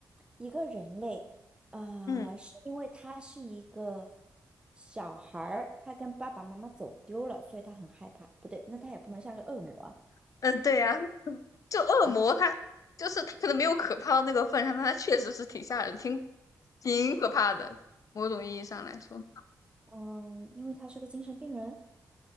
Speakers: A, on the right; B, on the left.
A: 一个人类，呃，
B: 嗯
A: 是因为他是一个小孩儿，他跟爸爸妈妈走丢了，所以他很害怕。不对，那他也不能像个恶魔啊。
B: <laughs> 嗯，呃对呀、<laughs> 就恶魔他就是他可能没有可怕到那个份上，
A: 嗯
B: 但他确实是挺吓人，挺挺可怕的，某种意义上来说。
A: <laughs> 嗯，因为他是个精神病人，